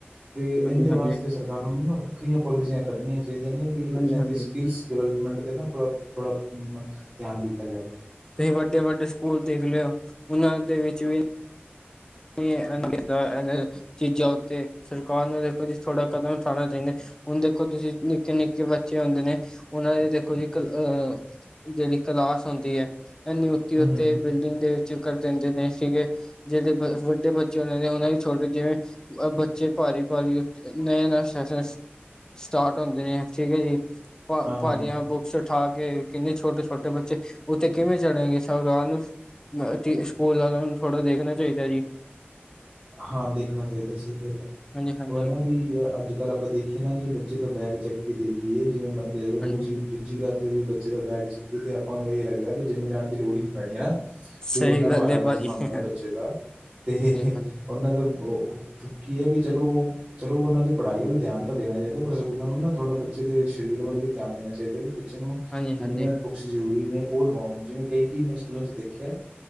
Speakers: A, on the right; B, on the left.
A: ਤੇ ਏਂਹਦੇ
B: ਹਾਂਜੀ-ਹਾਂਜੀ
A: ਵਾਸਤੇ ਸਰਕਾਰ ਸਰਕਾਰ ਨੂੰ ਨਾ ਵੱਖਰੀਆਂ ਪੋਲਸੀਆਂ ਕੱਢਣੀਆਂ ਚਾਹੀਦੀਆਂ ਨੇ ਵੀ
B: ਹਾਂਜੀ-ਹਾਂਜੀ
A: ਬੱਚਿਆਂ ਦੇ ਸਕਿੱਲਸ ਡਿਵੈਲਪਮੈਂਟ ਤੇ ਨਾ ਥੋੜ੍ਹਾ ਥੋੜ੍ਹਾ ਮ ਧਿਆਨ <unintelligible> ਜਾਵੇ।
B: ਤੇ ਵੱਡੇ ਵੱਡੇ ਸਕੂਲ ਦੇਖ ਲਿਓ ਉਹਨਾਂ ਦੇ ਵਿੱਚ ਵੀ <unintelligible> ਚੀਜ਼ਾਂ ਉੱਤੇ ਸਰਕਾਰ ਨੂੰ ਦੇਖੋ ਜੀ ਥੋੜਾ ਕਦਮ ਉਠਾਉਣਾ ਚਾਹੀਦਾ। ਹੁਣ ਦੇਖੋ ਤੁਸੀਂ ਨਿੱਕੇ ਨਿੱਕੇ ਬੱਚੇ ਹੁੰਦੇ ਨੇ ਉਹਨਾਂ ਦੇ ਦੇਖੋ ਜੀ ਕਲ ਅਹ ਜਿਹੜੀ ਕਲਾਸ ਹੁੰਦੀ ਐ <unintelligible>
A: ਹੂੰ
B: ਉੱਤੇ
A: ਹੂੰ
B: ਬਿਲਡਿੰਗ ਦੇ ਵਿੱਚ ਕਰ ਦਿੰਦੇ ਨੇ ਸੀਗੇ ਜਿਹੜੇ ਬਸ ਵੱਡੇ ਬੱਚੇ ਹੋਨਾਂ ਨੇ ਉਹਨਾਂ ਛੋਟੇ ਜਿਵੇਂ ਬੱਚੇ ਭਾਰੀ ਭਾਰੀ ਨੈ। <unintelligible> ਸਟਾਰਟ ਹੁੰਦੇ ਨੇ ਠੀਕ ਹੈ ਜੀ ਭ
A: ਹਾਂ ਹਾਂ
B: ਭਾਰੀਆਂ ਬੁ <unintelligible> ਕੇ ਕਿੰਨੇ ਛੋਟੇ ਛੋਟੇ ਬੱਚੇ ਉੱਥੇ ਕਿਵੇਂ ਚੜ੍ਹੇਗੇ ਸਰਕਾਰ ਨੂੰ <unintelligible> ਜੀ ਸਕੂਲ ਆਲਿਆਂ ਨੂੰ ਥੋੜ੍ਹਾ ਦੇਖਣਾ ਚਾਹੀਦਾ ਜੀ।
A: ਹਾਂ ਦੇਖਣਾ ਚਾਹੀਦਾ ਸਹੀ ਗੱਲ
B: ਹਾਂਜੀ ਹਾਂਜੀ
A: ਉਹ ਨਾ ਵੀ ਅੱਜ ਕੱਲ੍ਹ ਆਪਾਂ ਦੇਖੀਏ ਨਾ ਜੇ ਬੱਚੇ ਦਾ ਬੈਗ ਚੱਕ ਕੇ ਦੇਖੀਏ ਜਿਵੇਂ ਮੰਨ ਕੇ ਚਲੋ
B: ਹਾਂਜੀ
A: ਦੂਜੀ ਦੂਜੀ ਕਲਾਸ ਦੇ ਬੱਚੇ ਦਾ ਬੈਗ ਚੁੱਕੀਏ ਤੇ ਆਪਾਂ ਨੂੰ ਇਹ ਲੱਗਦਾ ਵੀ ਜਿੰਮ ਜਾਣ ਦੀ ਲੋੜ ਹੀ ਨਹੀਂ ਪੈਣੀ ਹੈਨਾ?
B: ਸਹੀ
A: ਏਹਨਾਂ
B: ਗੱਲ
A: ਭਾਰਾ
B: ਹੈ
A: ਬਸਤਾ
B: ਭਾਜੀ
A: ਹੁੰਦਾ
B: ਹਾਂਜੀ
A: ਬੱਚੇ ਦਾ ਤੇ
B: ਹਾਂਜੀ
A: ਔਨਾ ਫਿਰ ਬੋਔ ਕੀ ਏ ਵੀ ਚਲੋ। ਚਲੋ ਉਹਨਾਂ ਦੀ ਪੜ੍ਹਾਈ ਵੱਲ ਧਿਆਨ ਤਾਂ ਦੇਨਾ ਚਾਹੀਦਾ। ਪਰ ਸਕੂਲਾਂ ਨੂੰ ਨਾ ਥੋੜ੍ਹਾ ਬੱਚੇ ਦੇ ਸਰੀਰ ਵੱਲ ਵੀ ਧਿਆਨ ਦੇਨਾ ਚਾਹੀਦਾਵੀ। ਬੱਚੇ ਨੂੰ
B: ਹਾਂਜੀ
A: ਕਿੰਨੀਆਂ
B: ਹਾਂਜੀ
A: 'ਕ ਬੁੱਕਸ ਜ਼ਰੂਰੀ ਨੇ ਔਹ ਲਵਾਨ ਜਿਵੇਂ ਕਈ ਕੀ ਮੈਂ ਸਕੂਲਾਂ 'ਚ ਦੇਖਿਆ ਵਾ